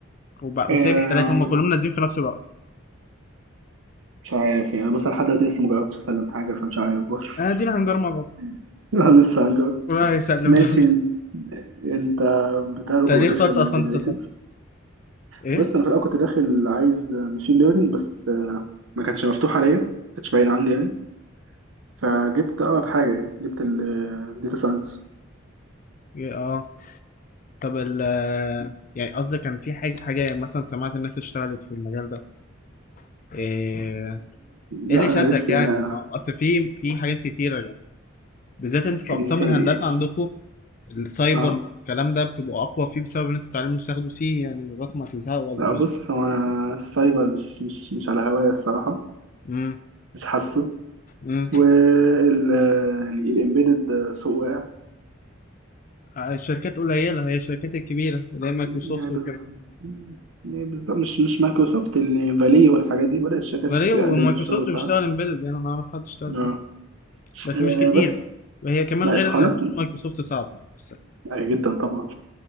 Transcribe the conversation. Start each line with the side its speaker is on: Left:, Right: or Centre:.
Left: وب...
Right: آه
Left: وسايب الثلاثه هم كلهم نازلين في نفس الوقت
Right: مش عارف يعني بص أنا لحد دلوقتي لسه ما جربتش أسلم حاجة فمش عارف برضه
Left: ادينا آه دينا هنجر مع بعض
Right: <laughs> لا لسه هنجرب
Left: الله يسلم
Right: ماشي
Left: بقى
Right: انت انت
Left: <laughs>
Right: بتاخده
Left: انت ليه
Right: ايه
Left: اخترت
Right: في الجنريتيف
Left: اصلا داتا ساينس ايه
Right: بس انا في الاول كنت داخل عايز ماشين ليرنينج بس ما كانش مفتوح عليا ما كانش باين عندي يعني فجبت اقرب حاجه يعني جبت الداتا ساينس
Left: إيه، اه طب ال يعني قصدي كان في حاجه حاجه يعني مثلا سمعت الناس اشتغلت في المجال ده ايه إيه
Right: لا
Left: اللي شدك
Right: انا لسه
Left: يعني
Right: يعني
Left: ما هو اصل في في حاجات كتيره يعني بالذات انتوا في
Right: يعني
Left: اقسام
Right: ثاني-
Left: الهندسه عندكم السايبر
Right: اه
Left: الكلام ده بتبقوا اقوى فيه بسبب ان انتوا بتعلموا تاخدوا سي يعني لغايه ما تزهقوا الجروزمان
Right: لا بص هو انا السايبر مش مش مش على هواية الصراحة
Left: امم
Right: مش حاسه
Left: امم
Right: وال يعني الامبيدد سوق واقع
Left: الشركات قليله هي الشركات الكبيره اللي هي مايكروسوفت
Right: يعني بز
Left: وكده
Right: يعني بالظبط مش مش مايكروسوفت اللي فالي والحاجات دي بدأت الشركات
Left: غريب
Right: تقلل
Left: ومايكروسوفت
Right: الشغل بتاعها
Left: بتشتغل امبيدد يعني انا ما اعرف حد اشتغل
Right: اه
Left: فيه بس
Right: وبس
Left: مش كتير وهي كمان
Right: بقى
Left: غير
Right: خلاص
Left: ان دخول مايكروسوفت صعب يعني مش سهل
Right: بقى جدا طبعا